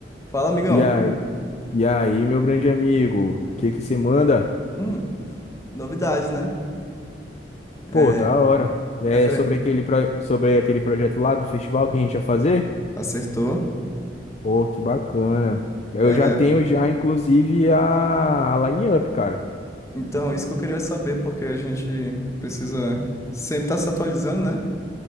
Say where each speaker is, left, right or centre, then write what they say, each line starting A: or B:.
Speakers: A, on the left; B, on the left.
A: Fala, amigão.
B: E aí, e aí, meu grande amigo, o que que você manda?
A: Hum, novidades, né?
B: Pô,
A: É,
B: da hora. É
A: referen-
B: sobre aquele, pro- sobre aquele projeto lá do festival que a gente ia fazer?
A: Acertou.
B: Pô, que bacana. Eu
A: É,
B: já tenho já, inclusive, a, a line-up, cara.
A: então, isso que eu queria saber, porque a gente precisa sempre estar se atualizando, né?